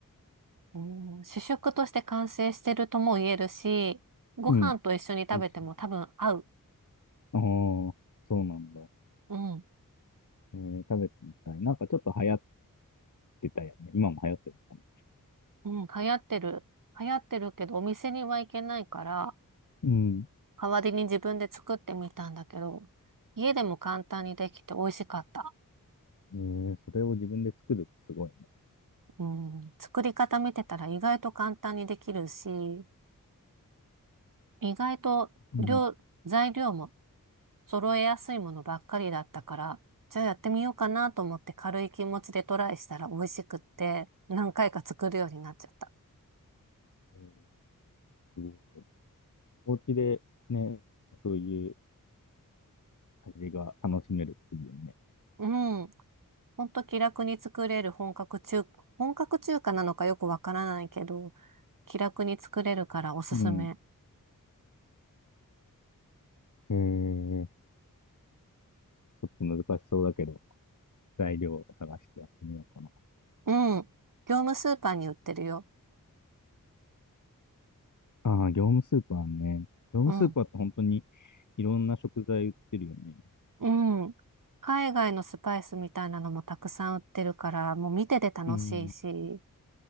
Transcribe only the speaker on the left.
うん。と一緒にああ、そうなんだ。
えー、食べてみたい。なんかちょっと流行ってたよね。今も流行ってるのか
なうん。
えー、それを自分で作るってすごいね。
うん。
うん、すごい。お家でね、そういう味が楽しめるっていうね。
うん。えー、ちょっと難しそうだけど、材料を探してやってみようかな。
ああ、業務スーパーね。業務スーパーって本当に
いろんな食材売ってるよね。
うん。